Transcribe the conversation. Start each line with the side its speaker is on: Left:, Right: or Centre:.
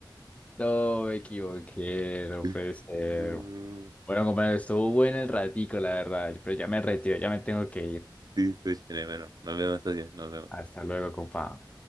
Left: no, me equivoqué. No
Right: <laughs>
Left: puede ser.
Right: No.
Left: Bueno, compañero, estuvo bueno el ratico, la verdad. Pero ya me retiro, ya me tengo que ir.
Right: Listo, chévere, bueno, nos vemos, socio, nos vemos.
Left: Hasta luego, compa.